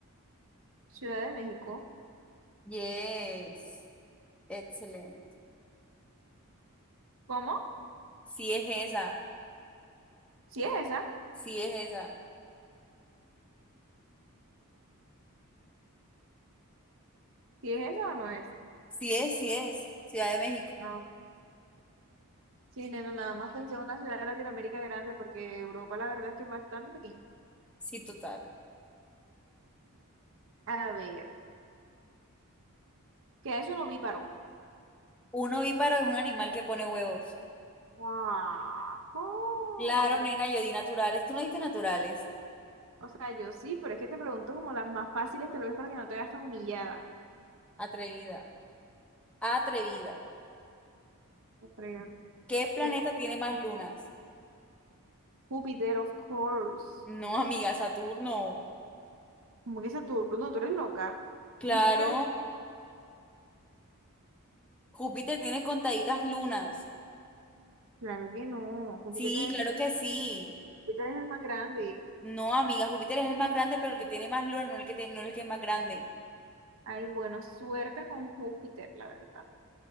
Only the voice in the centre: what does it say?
Yes, excelente.
Sí es esa,
sí es esa.
Sí es, sí es. Ciudad de México.
Sí, total.
Un ovíparo es un animal que pone huevos.
Claro, nena, yo di naturales. ¿Tú no diste naturales?
Atrevida, atrevida.
¿Qué planeta
tiene más lunas?
No, amiga, Saturno.
Claro,
Júpiter tiene contaditas lunas.
Sí,
claro
que sí.
No, amiga, Júpiter es el más grande, pero el que tiene más lunas, no el que tiene, no el que es más grande.